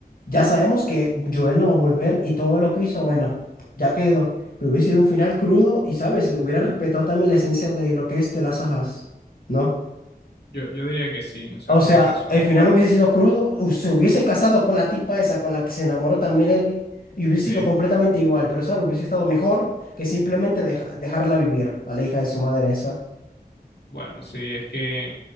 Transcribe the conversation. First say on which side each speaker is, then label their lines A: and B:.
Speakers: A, on the left; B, on the left.
A: Ya sabemos que Joel no va a volver y todo lo que hizo, bueno, ya quedó. Pero hubiese sido un final crudo y, ¿sabes? Hubiera respetado también la esencia de lo que es The Last of Us, ¿no?
B: Yo, yo diría que sí, o sea,
A: O
B: tienes
A: sea,
B: razón.
A: el final hubiese sido crudo, u- se hubiese casado con la tipa esa con la que se enamoró también Ellie y hubiese
B: Sí.
A: sido completamente igual, pero, ¿sabes? Hubiese estado mejor que simplemente deja- dejarla vivir a la hija de su madre esa.
B: Bueno, sí, es que